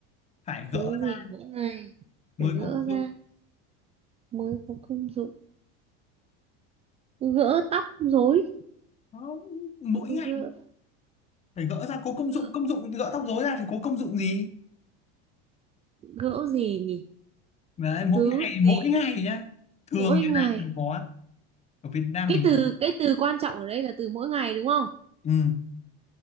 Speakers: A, on the left (about 20°); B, on the right (about 20°).
A: phải
B: thứ
A: gỡ
B: gì
A: ra
B: mỗi ngày
A: mới
B: phải gỡ
A: có công dụng
B: ra mới có công dụng gỡ tóc rối
A: Không, mỗi
B: gỡ
A: ngày phải gỡ ra có công
B: gỡ
A: dụng công dụng gỡ tóc rối ra thì có công dụng gì
B: gỡ gì nhỉ
A: đấy mỗi
B: thứ
A: ngày
B: gì
A: mỗi ngày nhá thường
B: mỗi
A: như
B: ngày
A: nào mới có ở Việt Nam
B: cái
A: mình
B: từ cái từ quan trọng ở đây là từ mỗi ngày đúng không
A: ừ.